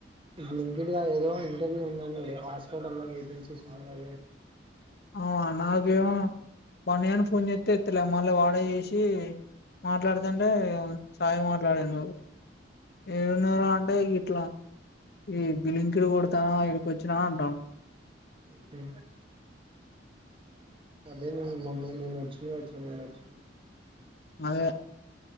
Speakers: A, on the right (about 30°); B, on the left (about 60°).
A: లింకెడ్ గా ఏదో ఇంటర్వ్యూ ఉందం హాస్పోటేెన్సీస్ ఉన్న
B: అవునా నాకేమో బన్ని ఫోన్ చేస్త ఎత్త్తలే మళ్ళీ వాడ చేసి మాట్లాడుదంటే సాయి మాట్లాడిన్నారు
A: అని
B: ఎన్నూరు అంట అయి కీట్లా ఈ బిలింకిడు కొడతానా ఇడికి వచ్చినా అంటాను
A: ఓకే అదే నేను మమ్మ నేను నచ్చినా వచ్చి నేను నచ్చిన
B: అదే